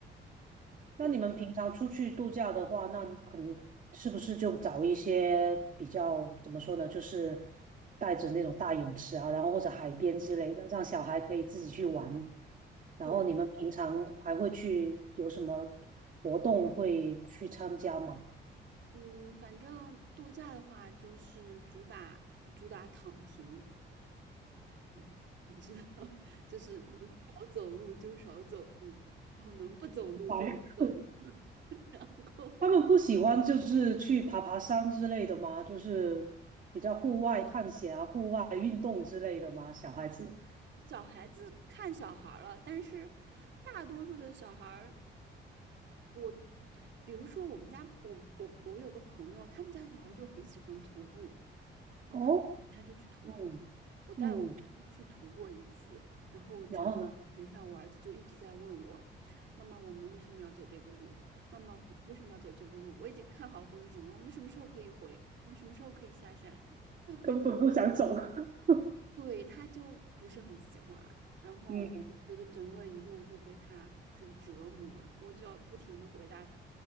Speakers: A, on the right (about 40°); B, on the right (about 65°).
A: <laughs> 那你们平常出去度假的话，
B: 对。
A: 那可能是不是就找一些比较怎么说呢，就是带着那种大泳池啊，然后或者海边之类的，让小孩可以自己去玩。然后你们平常还会去有什么活动会去参加吗？
B: 对，嗯，反正度假的话，就是主打主打躺平，<laughs> 你知道，<laughs> 就是能少走路就少走路，然后能不走路就不走路，
A: <laughs> 白
B: <laughs> 然后
A: 他们不喜欢就是去爬爬山之类的吗？就是比较户外探险啊、户外运动之类的吗？小孩子，
B: 小孩子看小孩儿了，但是大多数的小孩儿，我比如说我们家，我我我有个朋友，他们家小孩就很喜欢徒步，然后他们人家就去徒步，
A: 哦，嗯
B: 我带我儿子去徒过一次，
A: 嗯，
B: 然后整个过程上我儿子就一直在问我，
A: 然后呢，
B: 妈妈，我们为什么要走这个路？妈妈，我们为什么要走这个路？我已经看好风景了，我们什么时候可以回？我们什么时候可以下山？就可以去，
A: 根本不想走，<laughs>
B: 对，他就不是很喜欢。然后我觉得整个一路就被他很折磨，
A: 嗯。
B: 我就要不停的回答他